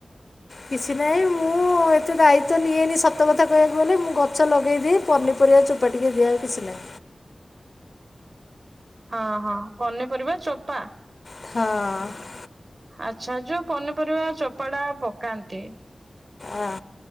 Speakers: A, on the left (about 50°); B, on the right (about 50°).
A: କିଛି ନାହିଁ ମୁଁ ଏତେ ଦାୟିତ୍ୱ ନିଏନି ସତ କଥା କହିବାକୁ ଗଲେ ମୁଁ ଗଛ ଲଗେଇଦିଏ ପନିପରିବା ଚୋ ଚୋପା ଟିକେ ଦିଆହୁଏ କିଛିନାହିଁ।
B: ହଁ ହଁ ପନିପରିବା ଚୋପା।
A: ହଁ।
B: ଆଛା ଯୋଉ ପନିପରିବା ଚୋପାଟା ପକାନ୍ତି।
A: ଆଁ।